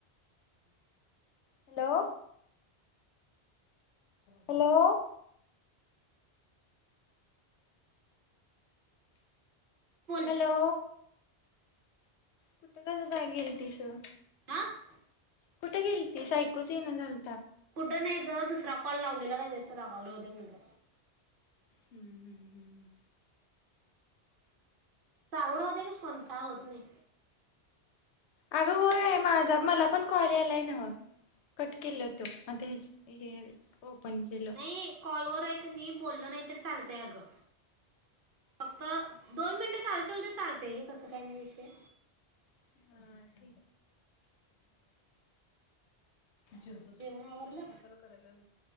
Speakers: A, on the right (about 55°); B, on the left (about 85°).
A: हम्.
B: Hello hello.
A: बोल
B: हॅलो, कुठं काय गेलतिसं गं?
A: आं?
B: कुठे गेलतीस? आयकूच येईना झालं.
A: कुठं नाही ग दुसरा कॉल लावत तिला काय व्यस्त दाखवायला राहुदे म्हणल.
B: हम्म हम्म हम्म हम्म.
A: चालू राहुदे की फोन, काय होत नाही.
B: अगं होय, माझा मला पण कॉल आलाय नव. कट केलत ते हे ओपन केलं
A: नाही कॉलवर आहे की नाही बोललं नाही तरी चालतय. अगं फक्त दोन मिनिटं चालू ठेवलं तरी चालतय अगं. तसं काही नाही विषय.
B: <unintelligible>
A: काय
B: चिर
A: मग जेवण आवरलं?
B: मसाला कराला